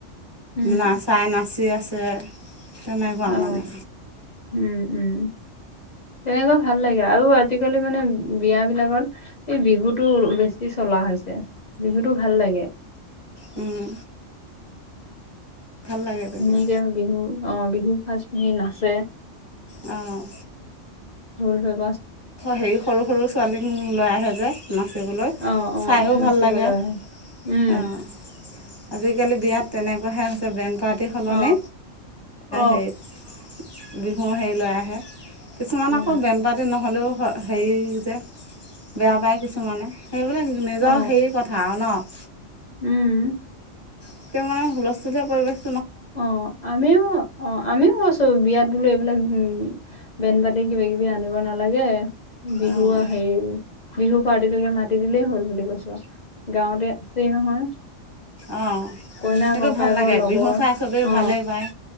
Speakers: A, on the left; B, on the right.
A: উম
B: নাচাই নাচি আছে, তেনেকুৱা
A: অ
B: মানে।
A: উম, উম, তেনেকুৱা ভাল লাগ আৰু আজিকালি মানে বিয়াবিলাকত এই বিহুত তো বেছি চলা হৈছে, বিহুটো ভাল লাগে।
B: উম। লাগে তেতিয়া
A: ধুনীয়াকে বিহু আহ বিহু ফাৰচ সি নাচে।
B: অ'।
A: ঢোল, পেপ
B: হেৰি সৰু-সৰু ছোৱালীক লৈ আহে যে, নাচিবলৈ
A: অ অ
B: চাইয়ো
A: নাচিবলৈ
B: ভাল লাগে।
A: আহে উম
B: অ'। আজিকালি বিয়াত তেনেকুৱাহে হৈছে, ব্ৰেণ্ড পাৰ্টি সলনি
A: অ অ
B: হেৰিত বিহু হেৰি লৈ আহে, কিছুমানক
A: উম
B: আকৌ পাতি নহ'লেও হেৰি যে, বেয়া পায় কিছুমানে। সেইবিলাক নিজৰ
A: অ
B: হেৰি কথা আৰু নহ?
A: উম।
B: <unintelligible> মানে হুলস্থুলীয়া পৰিৱেশ
A: অ', আমিও অ', আমিও হষ্ট বিয়াত বোলো এইবিলাক উম, বেন-পাতি কিবা কিবি আনিব নালাগে বিহু
B: অঁ
A: আহ হেৰি বিহু পাৰ্টিতোকে মাতি দিলেই হল বুলি কৈছো, গাঁৱতে আছেই নহয়?
B: অ,
A: কইনা
B: সেইটো
A: ককায়েকৰ
B: ভাল লাগে
A: লগৰ
B: বিহু চাই চবেই
A: অ
B: ভালেই পায়।